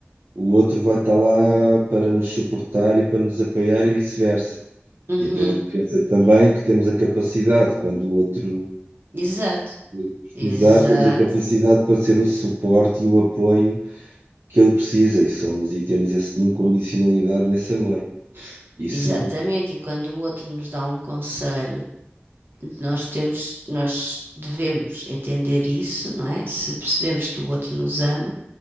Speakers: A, on the right (about 75°); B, on the right (about 55°).
A: o outro vai estar lá para nos suportar e para nos apoiar e vice-versa.
B: Uhum,
A: E a plena confiança também que temos a capacidade, quando o outro
B: exato,
A: precisar,
B: exato.
A: temos a capacidade para ser o suporte e o apoio que ele precisa e somos e temos essa incondicionalidade nesse amor. Isso,
B: Exatamente, e quando o outro nos dá um conselho, nós temos, nós devemos entender isso, não é? Se percebemos que o outro nos ama,